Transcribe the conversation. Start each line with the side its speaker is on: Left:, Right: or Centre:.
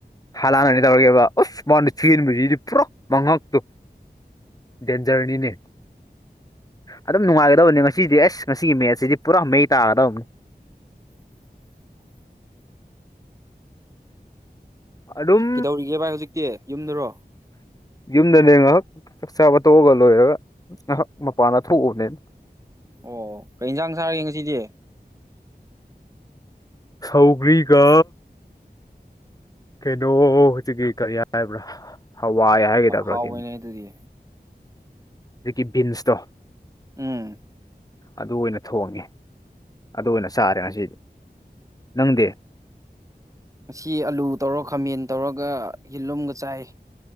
Left: ꯍꯂꯥꯟꯅ ꯇꯧꯔꯒꯦꯕ ꯑꯁ ꯃꯥꯉꯣꯟꯗ ꯆꯦꯟꯕꯁꯤꯗꯤ ꯭ꯔꯣ ꯃꯉꯛꯇꯨ ꯗꯦꯟꯖꯔꯅꯤꯅꯦ ꯑꯗꯨꯝ ꯅꯨꯡꯉꯥꯏꯒꯗꯕꯅꯤ ꯉꯁꯤꯗꯤ ꯑꯁ ꯉꯁꯤꯒꯤ ꯃꯦꯠꯁꯁꯤꯗꯤ ꯄꯨꯔꯥ ꯃꯩ ꯇꯥꯒꯗꯕꯅꯤ
Right: <unintelligible> <inaudible>
Left: ꯑꯗꯨꯝ
Right: ꯀꯩꯗꯧꯔꯤꯒꯦ ꯚꯥꯏ ꯍꯧꯖꯤꯛꯇꯤ ꯌꯨꯝꯗꯔꯣ
Left: ꯌꯨꯝꯗꯅꯦꯉꯛ ꯆꯥꯛ ꯆꯥꯕ ꯇꯧꯔꯒ ꯂꯣꯏꯔꯒ ꯉꯥꯏꯍꯥꯛ ꯃꯄꯥꯟꯗ ꯊꯣꯛꯎꯕꯅꯦꯅ
Right: ꯑꯣ ꯀꯩ ꯌꯦꯟꯁꯥꯡ ꯁꯥꯔꯒꯦ ꯉꯁꯤꯗꯤ
Left: ꯁꯥꯎꯒꯔꯤꯒ ꯀꯩꯅꯣ ꯍꯧꯖꯤꯛꯀꯤ ꯀꯔꯤ ꯍꯥꯏꯕ꯭ꯔꯥ ꯍꯋꯥꯏ ꯍꯥꯏꯒꯗꯕ꯭ꯔꯥ
Right: ꯍꯥꯎꯕꯅꯦ
Left: ꯀꯣ
Right: ꯑꯗꯨꯗꯤ
Left: ꯖꯤꯛꯀꯤ ꯕꯤꯟꯁꯇꯣ
Right: ꯎꯝ
Left: ꯑꯗꯨ ꯑꯣꯏꯅ ꯊꯣꯡꯉꯦ ꯑꯗꯨ ꯑꯣꯏꯅ ꯆꯥꯔꯦ ꯉꯁꯤꯗꯤ ꯅꯪꯗꯦ
Right: ꯉ ꯑꯂꯨ ꯇꯧꯔ ꯈꯥꯃꯦꯟ ꯇꯧꯔꯒ ꯌꯦꯜꯂꯨꯝꯒ ꯆꯥꯏ